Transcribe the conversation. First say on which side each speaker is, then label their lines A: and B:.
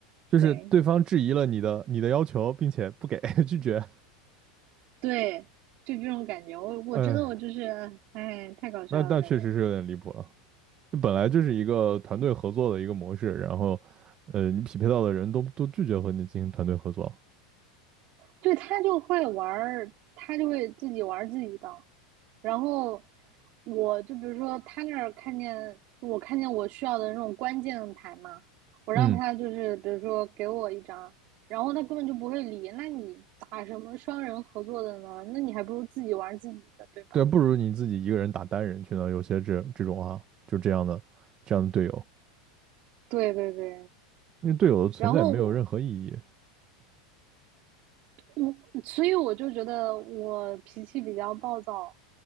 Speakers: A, on the right; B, on the right.
A: 就是对方质疑了你的你的要求，
B: 对
A: 并且不给 <laughs> 拒绝，
B: 对，就这种感觉，我我真的我就是，
A: 哎，
B: 哎，太搞笑了，
A: 那那确实是有点离谱了。
B: 感觉。
A: 这本来就是一个团队合作的一个模式，然后呃，你匹配到的人都都拒绝和你进行团队合作，
B: 对，他就会玩儿，他就会自己玩儿自己的。然后我就比如说他那儿看见我看见我需要的那种关键牌嘛，我让他就是比如说给我一张，
A: 嗯，
B: 然后他根本就不会理。那你打什么双人合作的呢？那你还不如自己玩儿自己的，对吧？
A: 对啊，不如你自己一个人打单人去呢。有些这这种啊，就这样的这样的队友，
B: 对对对。
A: 那队友的存在没有任何意义。
B: 然后我我所以我就觉得我脾气比较暴躁，